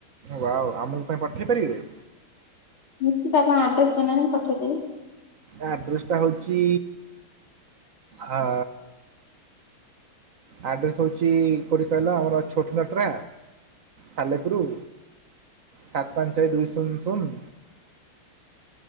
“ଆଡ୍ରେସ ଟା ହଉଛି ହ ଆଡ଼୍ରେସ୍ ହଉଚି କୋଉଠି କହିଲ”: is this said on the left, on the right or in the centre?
Right